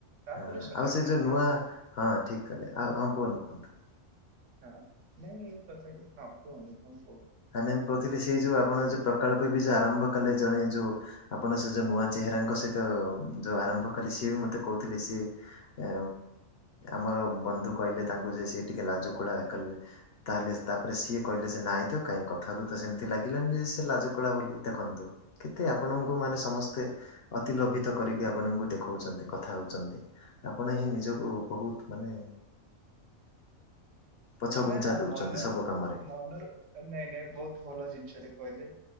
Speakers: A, on the right; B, on the left.
A: ତାପରେ
B: ହଁ
A: ସଜାଡିବା।
B: ଆଉ ସେ ଯୋଉ ନୂଆ ହଁ ଠିକ କଲେ ହଁ ଆଉ ହଁ କୁହନ୍ତୁ।
A: ହଁ ନାଇଁ ଏଇ କଥାଟି ହଁ କୁହନ୍ତୁ କଣ କହୁଛ?
B: ହ ନାଇ ମୁଁ କହୁଥିଲି ସେଇ ଯୋଉ ଆପଣ ଯୋଉ ପ୍ରକଳ୍ପ ବି ଯୋଉ ଆରମ୍ଭ କଲେ ଜଣେ ଯୋଉ ଆପଣ ସେ ଯୋଉ ନୂଆ ଚେହେ ହେରାଙ୍କ ସହିତ ଯଉ ଆରମ୍ଭ କଲି ସିଏ ବି ମତେ କହୁଥିଲେ ସିଏ ଉଁ ଆମର ବନ୍ଧୁ କହିଲେ ତାଙ୍କୁ ଯେ ସେ ଟିକେ ଲାଜକୁଳା କଲେ ତାହେଲେ ତାପରେ ସିଏ କହିଲେ ଯେ ନାଇଁ ତ କାହିଁ କଥାରୁ ତ ସେମିତି ଲାଗିଲାନି ଯେ ସେ ଲାଜକୋଳା ବୋଲି ଦେଖନ୍ତୁ କେତେ ଆପଣଙ୍କୁ ମାନେ ସମସ୍ତେ ଅତି ଲୋଭିତ କରିକି ଆପଣଙ୍କୁ ଦେଖଉଛନ୍ତି କଥା ହଉଛନ୍ତି ଆପଣ ହିଁ ନିଜକୁ ବହୁତ ମାନେ ପଛଘୁଞ୍ଚା
A: ନା ନା
B: ଦଉଛନ୍ତି
A: ମନ
B: ସବୁ କାମରେ
A: ମନର ନାଇଁ ନାଇଁ ବହୁତ ଭଲ ଜିନିଷ ଟେ କହିଲେ